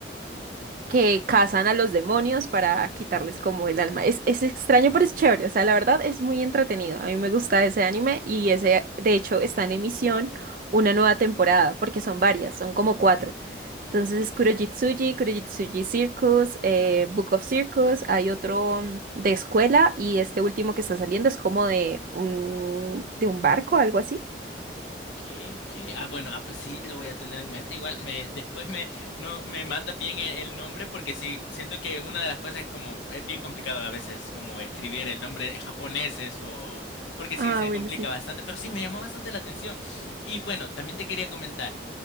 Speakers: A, on the right; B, on the left.
A: que cazan a los demonios para quitarles como el alma. Es, es extraño, pero es chévere. O sea, la verdad es muy entretenido. A mí me gusta ese anime y ese, de hecho, está en emisión una
B: Ok,
A: nueva temporada, porque son varias, son como cuatro. Entonces
B: ah, ok.
A: es Kurojitsuji, Kurojitsuji Circus, eh, Book of Circus, hay otro mm, de escuela y este último que está saliendo es como de un, de un barco, algo así.
B: Ok, ok. Ah, bueno, ah, pues sí, lo voy a tener en mente. Igual me, después me, no, me mandas bien el, el nombre porque sí, siento que una de las cosas es como, es bien complicado a veces como escribir el nombre de japoneses o, o- porque
A: Ah,
B: sí, se
A: bueno,
B: complica
A: sí.
B: bastante, pero sí, me llamó bastante la atención. Y bueno, también te quería comentar,